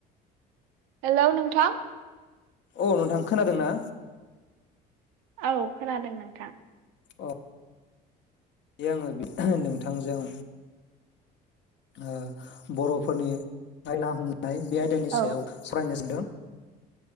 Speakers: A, on the right; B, on the left.
A: hello नोंथां
B: औ नोंथां खोनादों ना?
A: औ खोनादों नोंथां।
B: अ यो आङो नोंथांजों ओ बर'फोरनि नायना हम नाय बे आयदानि
A: औ
B: सायाव सावरायनो सानदों